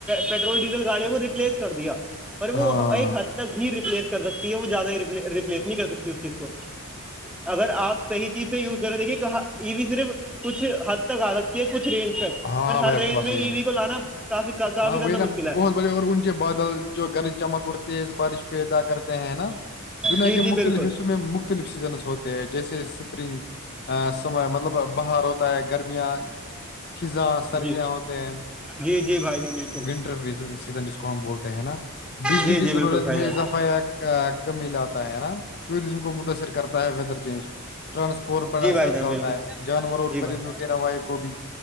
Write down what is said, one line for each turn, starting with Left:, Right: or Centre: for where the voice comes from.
Centre: پیٹرول ڈیزل گاڑیوں کو ریپلیس کر دیا پر
Left: ہاں
Centre: وہ
Left: ہاں
Centre: ایک حد تک ہی ریپلیس کر سکتے وہ زیادہ ریپلیس نہیں کر سکتی اس چیز کو اگر آپ صحی چیز یوز کر رہے دیکے کہ یہ بھی صرف کچھ حد تک آ سکتی ہے کچھ رینج تک
Left: ہاں
Centre: اور
Left: ہاں
Centre: ہر
Left: بھائی آپ
Centre: رینج
Left: کی بات
Centre: میں
Left: صحیح
Centre: ای
Left: ہے
Centre: وی کو لانا کافی کافی
Left: ہاں
Centre: زیادہ
Left: وہ
Centre: مشکل
Left: نا
Centre: ہے
Left: بہت بڑھیا اور اونچے بادل جو گر چمک اور تیز بارش پہیدا کر نا دنیا
Centre: جی
Left: کے
Centre: جی
Left: مختلف
Centre: بالکل
Left: حصوں میں مختلف سیزنس ہوتے ہیں جیسے سپرنگ ا سم مطلب بہار ہوتا ہے گرمیاں خزاں سردیاں
Centre: جی
Left: ہوتے ہیں
Centre: جی جی بھائی جان بالکل
Left: ونٹر و سیزن جس کو ہم بولتے ہیں نا بجلی
Centre: جی
Left: کی
Centre: جی
Left: ضرورت
Centre: بالکل بھائی
Left: میں
Centre: جان
Left: اضافا کمی لاتا ہے نا ٹوریزم کو متاثر کرتا ہے ویدر چینج ٹرانسپورٹ پر
Centre: جی
Left: اثر
Centre: بھائی جان
Left: ڈالتا
Centre: بالکل
Left: ہے جانور اور
Centre: جی
Left: پرند
Centre: بھائی
Left: وغیرہ وائی کو بھی